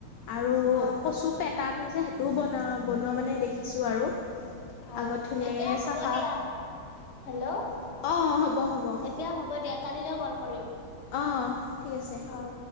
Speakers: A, on the left; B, on the left.
A: আৰু
B: অ'।
A: কচুপেতাত টো যে সেইটোও বনাও বনোৱা মানে দেখিছোঁ আৰু
B: অ,
A: আগত ধুনীয়াকৈ
B: এতিয়া হ'ব
A: চাফা
B: দিয়া। হেল্ল'
A: অঁ হ'ব হ'ব
B: এতিয়া হ'ব দিয়া কালিলৈ কল কৰিম।
A: অঁ ঠিক আছে।
B: অ'।